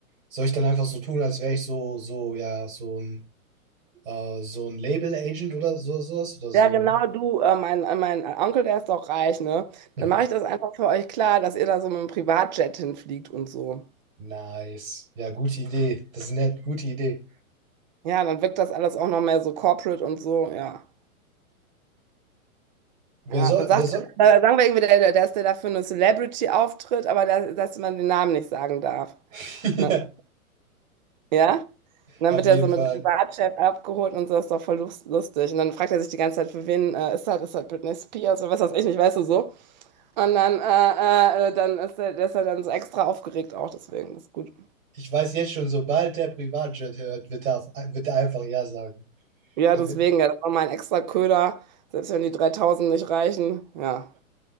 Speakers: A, on the right; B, on the right.
A: Soll ich dann einfach so tun, als wäre ich so, so, ja, so ein, äh, so ein Label-Agent oder so, sowas? Oder so
B: Ja, genau,
A: ein.
B: du, äh, mein, äh, mein Onkel, der ist doch reich, ne?
A: Mhm.
B: Dann mache ich das einfach für euch klar, dass ihr da so mit dem Privatjet hinfliegt und so.
A: Nice. Ja, gute Idee. Das ist nett, gute Idee.
B: Ja, dann wirkt das alles auch noch mehr so corporate und so, ja.
A: Wer
B: Ja,
A: soll,
B: dann sagt
A: wer soll.
B: er, dann sagen wir irgendwie, der, der, dass der dafür eine Celebrity auftritt, aber der, dass man den Namen nicht sagen darf.
A: <laughs>
B: Ne?
A: Ja,
B: Ja? Und dann
A: auf
B: wird
A: jeden
B: er so
A: Fall.
B: mit dem Privatjet abgeholt und so, ist doch voll lust- lustig. Und dann fragt er sich die ganze Zeit, für wen äh, ist das? Ist das Britney Spears oder was weiß ich nicht, weißt du so. Und dann, äh, äh, äh, dann ist er, der ist er dann so extra aufgeregt auch, deswegen, das ist gut.
A: Ich weiß jetzt schon, sobald der Privatjet hört, wird er, auf, wird er einfach Ja sagen.
B: Ja,
A: Der
B: deswegen,
A: wird,
B: ja, das ist nochmal ein extra Köder, selbst wenn die 3000 nicht reichen. Ja.